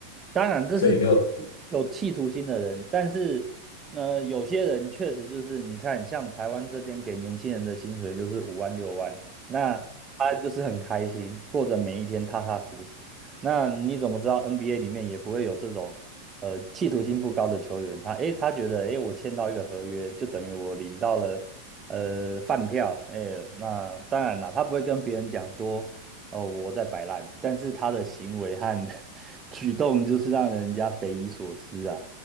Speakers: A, on the right; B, on the left.
A: 当然，这是对
B: 所以没有
A: 有企图心的人，但是呢，有些人确实就是你看，像台湾这边给年轻人的薪水就是五万六万，那他就是很开心，过着每一天踏踏实实。那你怎么知道 NBA 里面也不会有这种呃企图心不高的球员？他诶，他觉得诶，我签到一个合约，就等于我领到了呃饭票，诶，那当然啦，他不会跟别人讲说。哦，我在摆烂，但是他的行为和 <laughs> 举动就是让人家匪夷所思啊。